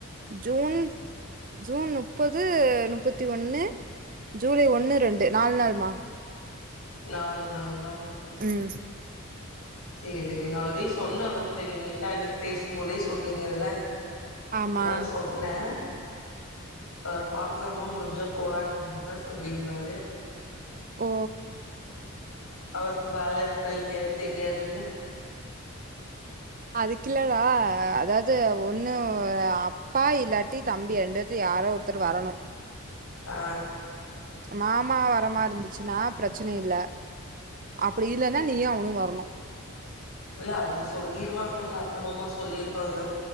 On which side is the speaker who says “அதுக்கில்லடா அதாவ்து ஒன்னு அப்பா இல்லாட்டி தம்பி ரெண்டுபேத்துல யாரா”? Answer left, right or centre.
Right